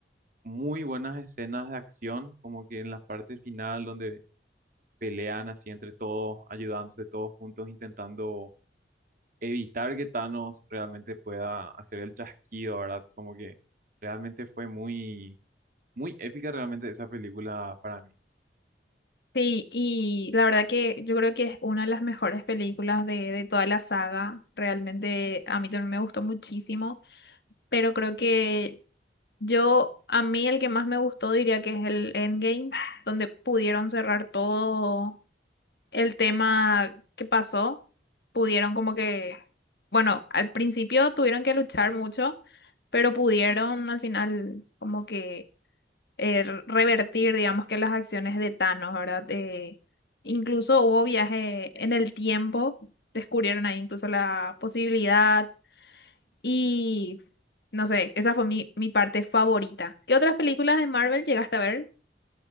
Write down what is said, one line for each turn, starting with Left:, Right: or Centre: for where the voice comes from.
Right: muy buenas escenas de acción, como que en la parte final donde pelean así entre todos, ayudándose todos juntos, intentando evitar que Thanos realmente pueda hacer el chasquido, ¿verdad? Como que realmente fue muy, muy épica realmente esa película para mí.
Left: Sí, y la verdad que yo creo que es una de las mejores películas de, de toda la saga. Realmente a mí también me gustó muchísimo, pero creo que yo, a mí el que más me gustó diría que es el Endgame, donde pudieron cerrar todo el tema que pasó, pudieron como que, bueno, al principio tuvieron que luchar mucho, pero pudieron al final como que eh, re- revertir, digamos que las acciones de Thanos, ¿verdad? Eh, incluso hubo viaje en el tiempo, descubrieron ahí incluso la posibilidad y no sé, esa fue mi, mi parte favorita. ¿Qué otras películas de Marvel llegaste a ver?